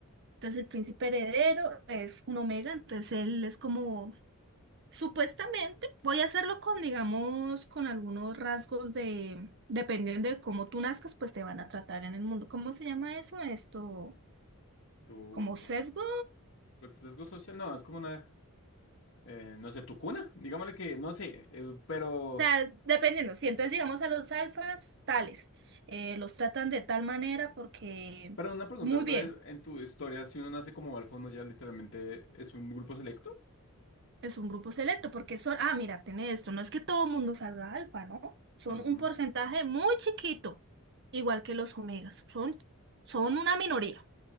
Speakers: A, on the right; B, on the left.
A: Entonces el príncipe heredero es un omega, entonces él es como Supuestamente voy a hacerlo con, digamos, con algunos rasgos de, dependiendo de cómo tú nazcas, pues te van a tratar en el mundo. ¿Cómo se llama eso? Esto,
B: tú.
A: como sesgo,
B: Pues sesgo social, no, es como una, eh, no sé, tu cuna, digámosle que, no sé, eh, pero,
A: tal, dependiendo. Si entonces, digamos, a los alfas, tales, eh, los tratan de tal manera porque,
B: pero una pregunta,
A: muy
B: entonces,
A: bien,
B: en tu historia, si uno nace como al fondo ya literalmente es un grupo selecto.
A: es un grupo selecto, porque son, ah, mira, tiene esto, no es que todo mundo salga alfa, ¿no? Son
B: Ujú.
A: un porcentaje muy chiquito, igual que los omegas, son, son una minoría.